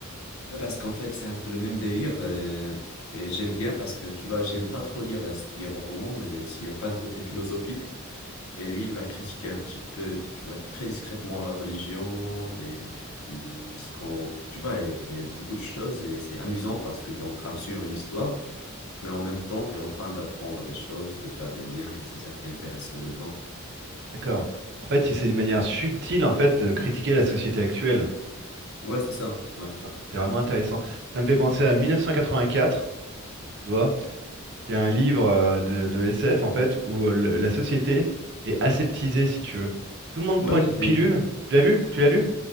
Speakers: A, on the left; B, on the right.
A: Parce qu'en fait, c'est un peu le même délire. euh, Et, j'aime bien parce que, tu vois, j'aime pas trop lire euh, ce qui est roman, mais s'il n'y a pas un côté philosophique. Et lui, il va critiquer un petit peu, tu vois, très discrètement la religion, les, l- ce qu'on, tu vois, et, et beaucoup de choses. Et c'est amusant parce que tu es en train de suivre une histoire, mais en même temps, tu es en train d'apprendre des choses, de faire des liens, et c'est ça qui est intéressant dedans.
B: D'accord. En fait, c'est une manière subtile en fait de critiquer la société actuelle.
A: Ouais, c'est ça, ouais.
B: Ah, C'est vraiment intéressant. Ça me fait penser à 1984, tu vois, qui est un livre euh, de, de SF en fait où euh, le- la société est aseptisée, si tu veux. Tout le monde
A: Ouais,
B: prend une
A: j'ai
B: pilule. Tu l'as vu? Tu l'as lu?